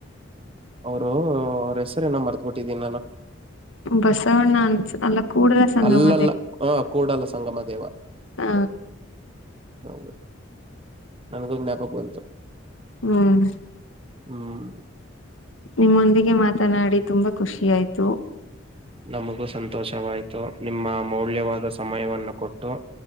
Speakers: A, on the right (about 30°); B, on the left (about 85°).
A: ಅವರು ಅವ್ರ ಹೆಸರ ಏನ ಮರ್ತ್ಬಟ್ಟಿದ್ದೀನಿ ನಾನು
B: ಬಸವಣ್ಣ ಅನ್ಸ ಅಲ್ಲ ಕೂಡಲ ಸಂಗಮ
A: ಅಲ್ಲಲ್ಲ ಹ ಕೂಡಲ ಸಂಗಮ ದೇವ
B: ಹಾ
A: ಹೌದು ನನಗೂ ಜ್ಞಾಪಕ ಬಂತು
B: ಹ್ಮ್
A: ಹ್ಮ್
B: ನಿಮ್ಮೊಂದಿಗೆ ಮಾತನಾಡಿ ತುಂಬಾ ಖುಷಿ ಆಯ್ತು
A: ನಮಗೂ ಸಂತೋಷವಾಯ್ತು ನಿಮ್ಮ ಮೌಲ್ಯವಾದ ಸಮಯವನ್ನು ಕೊಟ್ಟು